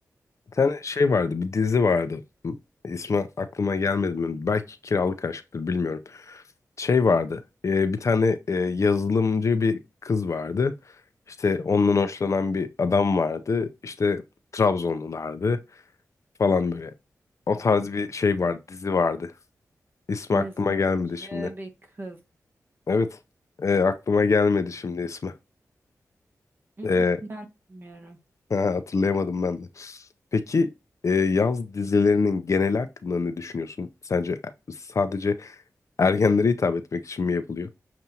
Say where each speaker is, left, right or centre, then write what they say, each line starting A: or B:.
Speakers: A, on the left; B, on the right.
A: Bir tane şey vardı, bir dizi vardı. İsmi aklıma gelmedi mi? Belki Kiralık Aşk'tır, bilmiyorum. Şey vardı. e, bir tane e, yazılımcı bir kız vardı. İşte ondan hoşlanan bir adam vardı. İşte Trabzonlulardı falan böyle. O tarz bir şey vardı, dizi vardı. İsmi
B: yazılımcı
A: aklıma gelmedi şimdi.
B: bir kız.
A: Evet. E, aklıma gelmedi
B: Mm,
A: şimdi ismi.
B: mm,
A: E,
B: Ben bilmiyorum.
A: <laughs> hatırlayamadım ben de. Peki e, yaz dizilerinin genel hakkında ne düşünüyorsun? Sence e- sadece ergenlere hitap etmek için mi yapılıyor?